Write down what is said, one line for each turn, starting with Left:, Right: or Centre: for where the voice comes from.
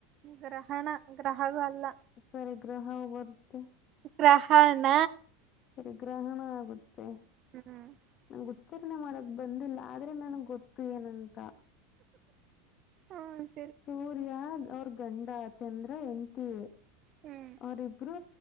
Right: ಗ್ರಹಣ ಗ್ರಹಗ ಅಲ್ಲ.
Left: ಸರಿ ಗ್ರಹ ಬರ್ತೆ.
Right: ಗ್ರಹಣ.
Left: ಸರಿ ಗ್ರಹಣ ಆಗುತ್ತೆ.
Right: <inaudible>
Left: ನಂಗೆ ಉಚ್ಚಾರಣೆ ಮಾಡಕ್ ಬಂದಿಲ್ಲ ಆದ್ರೆ ನನಗ್ ಗೊತ್ತು ಏನಂತ.
Right: ಹ್ಮ.
Left: ಸೂರ್ಯ ಅವ್ರ ಗಂಡ ಚಂದ್ರ ಹೆಂಡ್ತಿ.
Right: ಹ್ಮ್
Left: ಅವರಿಬ್ರು